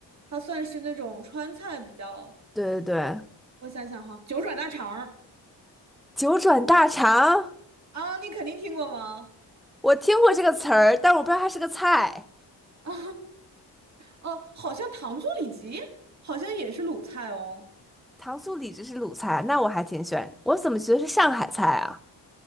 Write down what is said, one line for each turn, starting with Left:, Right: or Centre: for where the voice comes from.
Right: 它算是那种川菜比较，
Centre: 对对对，
Right: 我想想哈，九转大肠儿
Centre: 九转大肠，
Right: 啊，你肯定听过吗？
Centre: 我听过这个词儿，但我不知道它是个菜。
Right: <laughs> 啊，哦，好像糖醋里脊好像也是鲁菜哦，
Centre: 糖醋里脊是鲁菜，那我还挺喜欢，我怎么觉得是上海菜啊？